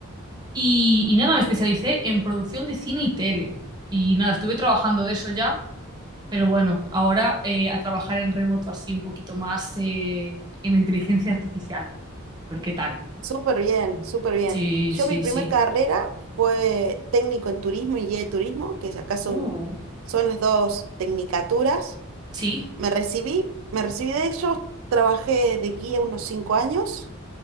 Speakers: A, on the right; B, on the right.
A: Y, y nada, me especialicé en producción de cine y tele. Y nada, estuve trabajando de eso ya, pero bueno, ahora eh, a trabajar en remoto así un poquito más eh, en inteligencia artificial. A ver qué tal.
B: Súper bien, súper bien.
A: Sí,
B: Yo
A: sí,
B: mi primer
A: sí.
B: carrera fue técnico en turismo y guía de turismo, que acá son,
A: Uh,
B: son las dos tecnicaturas.
A: sí.
B: Me recibí, me recibí de ellos, trabajé de guía unos cinco años